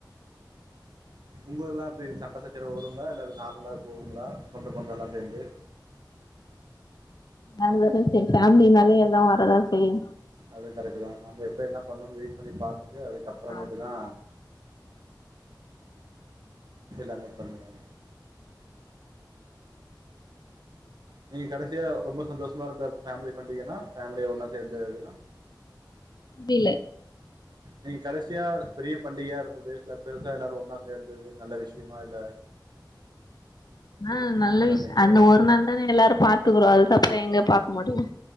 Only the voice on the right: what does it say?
உங்கதுல்லா எப்டி சண்ட சச்சர வருங்களா இல்ல நார்மலா போகுங்களா சொந்த பந்தோல்லா சேர்ந்து
அது கரெக்ட்தா நாம எப்ப என்ன பண்ணுனு வெயிட் பண்ணி பாத்துட்டு அதுக்கப்புறமேட்டுதா
எல்லாமே பண்ணுவாங்க நீங்க கடைசியா ரொம்ப சந்தோஷமா இருந்த ஃபேமிலி பண்டீகன்னா ஃபேமிலியா ஒன்னா சேந்து இதுனா
நீங்க கடைசியா பெரிய பண்டிகையா இருந்தது இல்ல பெருசா எல்லாரு ஒன்னா சேர்ந்தது நல்ல விஷயமா இல்ல
கொண்டாடிங்களே